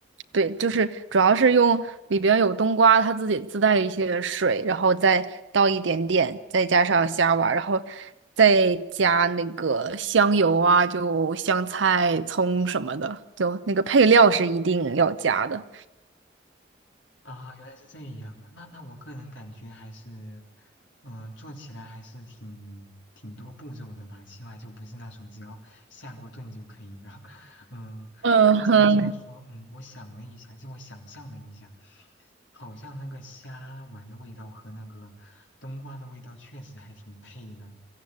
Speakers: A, on the right (about 85°); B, on the left (about 80°).
A: 对，就是主要是用里边有冬瓜，它自己自带一些水，然后再倒一点点，再加上虾丸儿，然后再加那个香油啊，就香菜、葱什么的，就那个配料是一定要加的。
B: 啊，原来是这样啊！那那我个人感觉还是，嗯、做起来还是挺挺多步骤的吧，起码就不是那种只要下锅炖就可以了。<laughs> 嗯，
A: 嗯哼，
B: 但照你这么说，嗯，我想了一下，就我想象了一下，好像那个虾丸的味道和那个冬瓜的味道确实还挺配的，